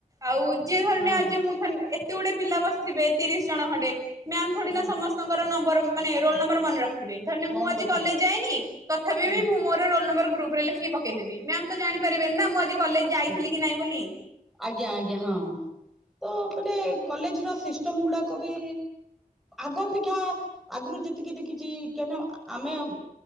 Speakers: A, on the right (about 25°); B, in the centre.
A: ଆଉ ଯିଏ ଧରିନିଅ
B: ହଁ
A: ଆଜି ମୁଁ ଏତେ ଗୋଟେ ପିଲା ବସିଥିବେ ତିରିଶ ଜଣ ଖଣ୍ଡେ। ମ୍ୟାାମ ଥୋଡିନା
B: ହୁଁ
A: ସମସ୍ତଙ୍କର ନମ୍ବର ମାନେ
B: ହଁ
A: ରୋଲ ନମ୍ବର ମନେ ରଖିଥିବେ। ଧରି ନିଅ
B: ମଉନ
A: ମୁଁ ଆ
B: ରଖିଛ
A: କଲେଜ୍‌ ଯାଇନି। ତଥାପି
B: ହୁଁ
A: ବି ମୁଁ ମୋ ରୋଲ ନମ୍ବର ଗ୍ରୁପ୍ ରେ ଲେଖିକି ପକେଇ ଦେବି। ମ୍ୟାାମ ତ ଜାଣି ପାରିବନି ନା ମୁଁ ଆଜି କଲେଜ୍‌ ଯାଇଥିଲି
B: ହଁ
A: କି ନାଇଁ ବୋଲି?
B: ଆଜ୍ଞା ଆଜ୍ଞା ହଁ ତ ତମେ କଲେଜ୍‌ ର ସିଷ୍ଟମ୍ ଗୁଡାକ ବି ଆଗ ଅପେକ୍ଷା ଆଗରୁ ଯେତିକି ଦେଖିଛି କେନ ଆମେ